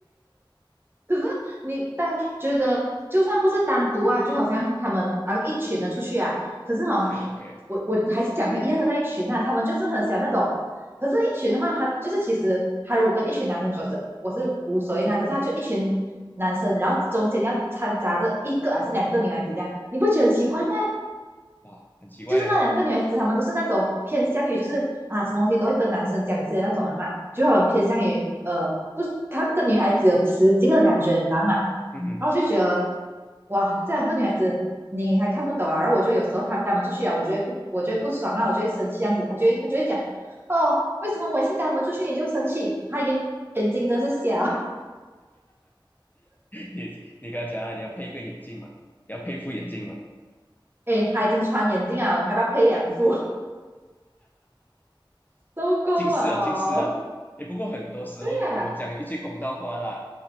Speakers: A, on the right; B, on the left.
A: 可是你但觉得，就算不是单独啊，就好像他们啊一群的出去啊，可是哈，
B: 一群人 OK，
A: 我我还是讲回一样的那一群啊，他们就是很喜欢那种，可是一群的话，他就是其实他如果跟一群男生走是我是无所谓那，可是他就一群男生，然后中间要掺杂着一个还是两个女孩子这样，你不觉得很奇怪吗？
B: 哇，很奇怪嘞。
A: 就是那两个女孩子，她们都是那种偏向于就是啊，什么东西都会跟男生讲一些的那种人嘛，就她们偏向于呃，不她跟女孩子有雌竞的感觉，你知道吗？
B: <laughs> 嗯哼，
A: 然后我就觉得，哇，这两个女孩子你还看不懂啊。然后我就有时候她跟她们出去啊，我就会不，我就会不爽啊，我就会生气这样子。她就会，她就会讲，哦，为什么我一次跟她们出去你就生气？她眼眼睛真是瞎，
B: 你你跟他讲啊，你要配一个眼镜嘛，你要配一副眼镜嘛，
A: 诶，她已经穿眼镜啊，我还要配两副，受够了。
B: 近视啊，近视啊。诶，不过很多时候，
A: 对啊，
B: 我我讲一句公道话啦，